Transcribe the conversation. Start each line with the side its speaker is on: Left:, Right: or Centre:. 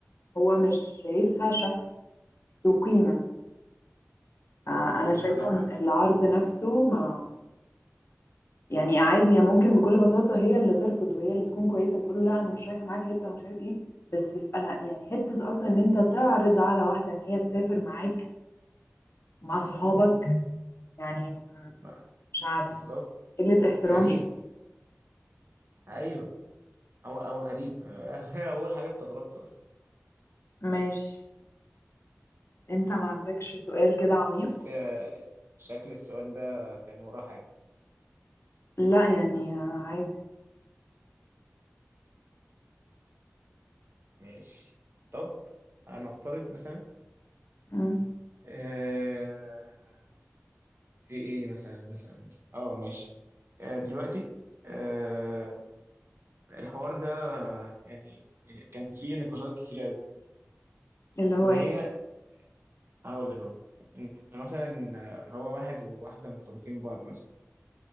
Left: هو مش شايفها شخص ذو قيمة آه،
Right: لا
Left: أنا شايفة
Right: بالظبط
Left: إن العرض نفسه ما يعني عادي هي ممكن بكل بساطة هي اللي ترفض وهي اللي تكون كويسة وتقول له لا أنا مش رايحة معاك حتة ومش عارف إيه بس أنا يعني حتة أصلا إن أنت تعرض على واحدة إن هي تسافر معاك مع صحابك يعني م-
Right: لا
Left: مش عارف
Right: بالظبط
Left: قلة احترام
Right: غريب
Left: شوية
Right: ايوه هو هو غريب <laughs> اول حاجه استغربت اصلا
Left: ماشي انت ما عندكش سؤال كده عميق
Right: بس شكل السؤال ده كان وراه حاجه
Left: لا يعني آه، عادي
Right: ماشي طب انا افترض مثلا
Left: مم.
Right: آه في ايه مثلا مثلا مثلا اه ماشي آه دلوقتي آه الحوار ده يعني كان فيه نقاشات كتير قوي
Left: اللي
Right: وهي
Left: هو ايه
Right: هقول لك اهو إن مثلا هو واحد وواحده مرتبطين ببعض مثلا